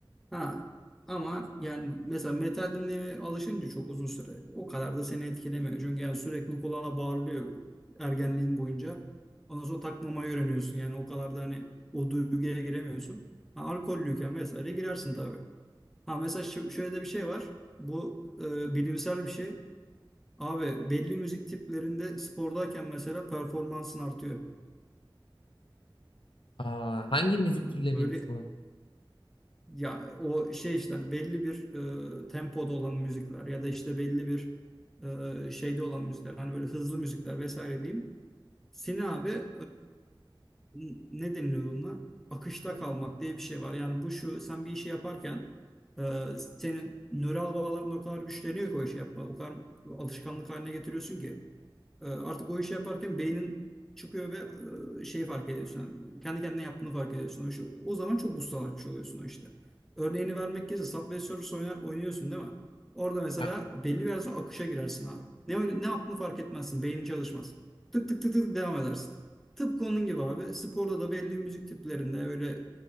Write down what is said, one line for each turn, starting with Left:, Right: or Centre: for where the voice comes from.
Centre: Ha ama yani mesela metal dinlemeye alışınca çok uzun süre o kadar da seni etkilemiyor. Çünkü yani sürekli kulağına bağırılıyor ergenliğin boyunca. Ondan sonra takmamayı öğreniyorsun. Yani o kadar da hani o duyguya giremiyorsun. Ha, alkollüyken vesaire girersin tabii. Ha mesela şö- şöyle de bir şey var. Bu e, bilimsel bir şey. Abi belli müzik tiplerinde spordayken mesela performansın artıyor.
Left: Aa, hangi müzik
Centre: Yani
Left: türleriymiş
Centre: Böyle
Left: bu?
Centre: ya o şey işte hani belli bir e, tempoda olan müzikler ya da işte belli bir e, şeyde olan müzikler hani böyle hızlı müzikler vesaire diyeyim. Seni abi e, n- ne deniliyor bununla? Akışta kalmak diye bir şey var. Yani bu şu sen bir işi yaparken e, senin nöral bağların o kadar güçleniyor ki o işi yapma. O kadar alışkanlık haline getiriyorsun ki. E, Artık o işi yaparken beynin çıkıyor ve e, şeyi fark ediyorsun. Yani kendi kendine yaptığını fark ediyorsun o işi. O zaman çok ustalaşmış oluyorsun o işte. Örneğini vermek gerekirse Subway Surfers oynar, oynuyorsun değil mi? Orada mesela
Left: Ha,
Centre: belli bir yerden sonra akışa girersin abi. Ne, oyn- ne yaptığını fark etmezsin. Beynin çalışmaz. Tık tık tık tık devam edersin. Tıpkı onun gibi abi. Sporda da belli müzik tiplerinde öyle